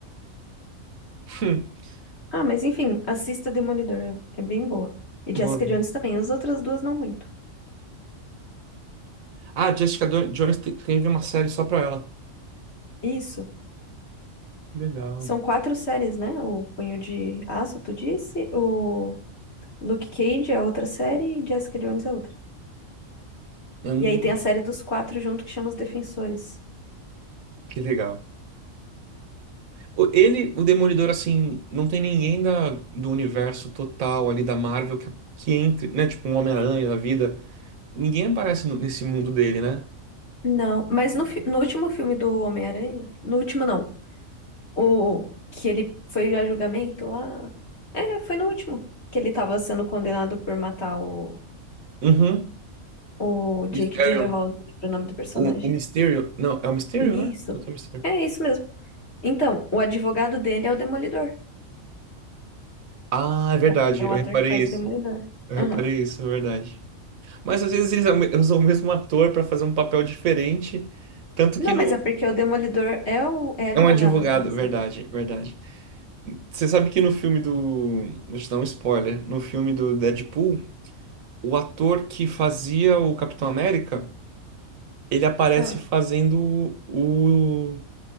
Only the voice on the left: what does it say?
Ah, mas enfim, assista Demolidor, é, é bem boa. E
Jessica
Jones também, as outras duas não muito.
Isso.
São quatro séries, né? O Punho de Aço, tu disse? O Luke Cage é outra série e Jessica Jones é outra.
E aí tem a série dos quatro junto que chama Os Defensores.
Não, mas no, fi- no último filme do Homem-Aranha, no último não, o que ele foi a julgamento lá, é, foi no último, que ele tava sendo condenado por matar o,
o
Jake Gyllenhaal, não lembro o nome do personagem.
Isso,
é isso mesmo. Então, o advogado dele é o Demolidor.
É, o é
o ator
que faz
o Demolidor.
Aham.
Não,
mas é porque o Demolidor é o é advogado
da série.
Ah.